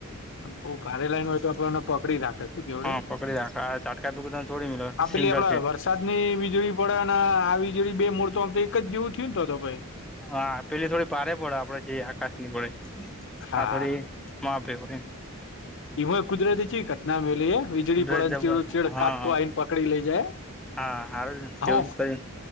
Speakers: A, on the left; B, in the centre.
A: આમ બઉ ભારે લાઈને હોય તો આપડેને પકડી રાખે. શું કેવું
B: હા
A: રે
B: પકડી રાખ ચાટકા બી તને છોડી મ
A: આ પેલી
B: સિંગલ
A: આપડા
B: ફટ.
A: વરસાદની વીજળી પડે આ વીજળી બે મોરતોમ તો એક જ જેવું થયું ને તોતો ભાઈ?
B: હા પેલી થોડી ભારે પડે આપડે જેઈ આકાશ ની પડે
A: હા
B: આ થોડી. માપે હોય એમ.
A: એમાં એ કુદરત ચેવી ઘટના મેલી હે વીજ વીજળી
B: કુદરત
A: પડે
B: જબર
A: ચીડું ચીડ
B: હા
A: કાટકો આઈને પકડી લઈ જાય
B: હા હારું જેવું
A: હો.
B: જ કરી